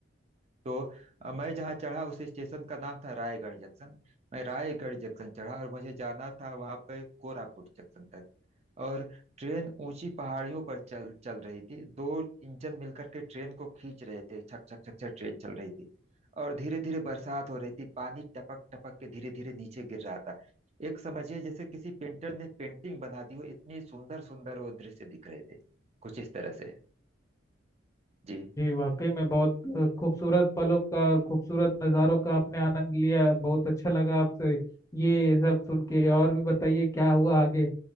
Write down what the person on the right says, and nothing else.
तो अ, मैं जहाँ चढ़ा उस स्टेशन का नाम था रायगढ़ जंक्शन मैं रायगढ़ जंक्शन चढ़ा और मुझे जाना था वहाँ पे कोरापुट जंक्शन तक और ट्रेन ऊंची पहाड़ियों पर चल चल रही थी दो इंजन मिलकर के ट्रेन को खींच रहे थे छक छक छक छक ट्रेन चल रही थी और धीरे धीरे बरसात हो रही थी पानी टपक टपक के धीरे धीरे नीचे गिर रहा था एक समझिए जैसे किसी पेंटर ने पेंटिंग बना दी हो इतनी सुंदर सुंदर वो दृश्य दिख रहे थे कुछ इस तरह से जी